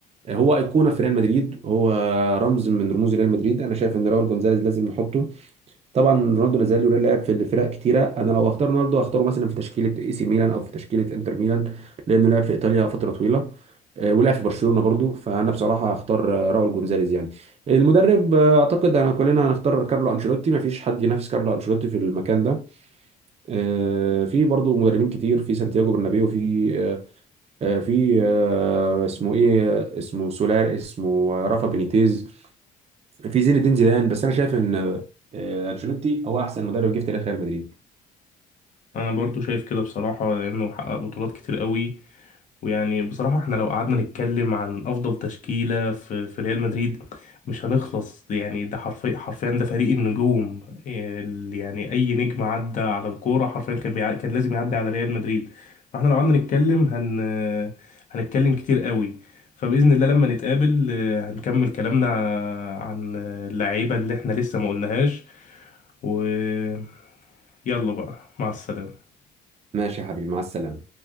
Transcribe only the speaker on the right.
هو ايقونه في ريال مدريد هو رمز من رموز ريال مدريد انا شايف ان راول جونزاليز لازم نحطه طبعا رونالدو لازال يرا- لعب في فرق كتيره انا لو اختار رونالدو هختاره مثلا في تشكيله اي سي ميلان او في تشكيله انتر ميلان لانه لعب في ايطاليا فتره طويله آه، ولعب في برشلونه برضو فانا بصراحه هختار آه، راول جونزاليز يعني المدرب آه، اعتقد انا كلنا هنختار كارلو انشيلوتي ما فيش حد ينافس كارلو انشيلوتي في المكان ده آه، في برضو مدربين كتير في سانتياغو برنابيو في آه، آه، في آه، اسمه ايه آه، اسمه سولار اسمه آه، رافا بينيتيز في زين الدين زيدان بس انا شايف ان آه، آه، انشيلوتي هو احسن مدرب جه في تاريخ ريال مدريد
ماشي يا حبيبي مع السلامه